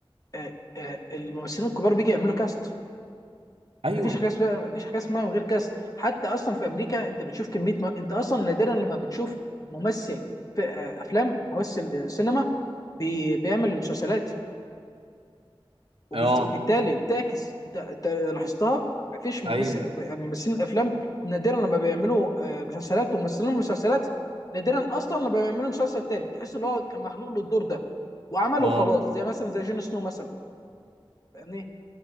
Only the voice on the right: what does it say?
ايوه
اه
ايوه
اه
بالظبط.